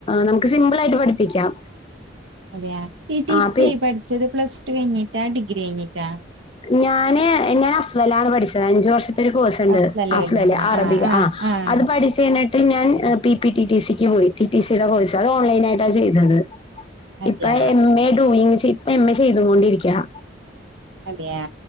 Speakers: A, on the left; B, on the right.
A: നമ്മുക്ക് സിമ്പിൾ ആയിട്ട് പഠിപ്പിക്കാം
B: അതെയ ടി ടി
A: ആഹ്
B: സി പഠിച്ചത് പ്ലസ് ടു കഴിഞ്ഞിട്ടാ ഡിഗ്രി ഡിഗ്രി കഴിഞ്ഞിട്ടാ
A: ഞാൻ ഞാൻ അഫ്ലാലാണ് പഠിച്ചത് അഞ്ച് വർഷം കോഴ്സ് ഉണ്ട്
B: അഫ്ലലുലുമ
A: അഫ്ലല്ല അറബിക്
B: ആഹ് ആഹ്
A: ആ
B: ആഹ്
A: അത് പഠിച്ച് കഴിഞ്ഞിട്ട് പ്പ ഞാൻ പി പി ടി ടി സിക്ക് പോയി ടി ടി സിയുടെ കോഴ്സ് അത് ഓൺലൈനായിട്ടാണ് ചെയ്തത്
B: അതെയാ
A: ഇപ്പ എം
B: ആഹ്
A: എ ഡൂയിംങ് ചെ എം എ ചെയ്തൊണ്ടിരിക്കുകയാ
B: അതെയാ